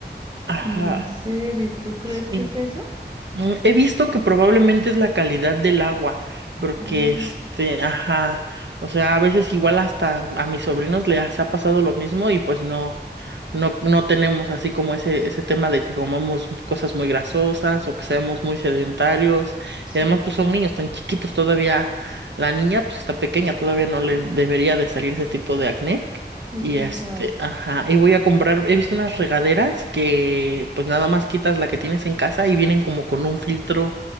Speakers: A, on the right (about 80°); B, on the right (about 25°).
A: Ajá,
B: ¿En serio? ¿Tú crees
A: sí.
B: que es eso?
A: Mm, He visto que probablemente es la calidad del agua, porque
B: Oh,
A: este, ajá, o sea, a veces igual hasta a mis sobrinos les ha pasado lo mismo y pues no, no, no tenemos así como ese, ese tema de que comamos cosas muy grasosas o que seamos muy sedentarios.
B: sí,
A: Y además pues son niños tan chiquitos todavía, la niña pues está pequeña, todavía no le debería de salir ese tipo de acné.
B: es
A: Y
B: verdad.
A: este, ajá, y voy a comprar, he visto unas regaderas que pues nada más quitas la que tienes en casa y vienen como con un filtro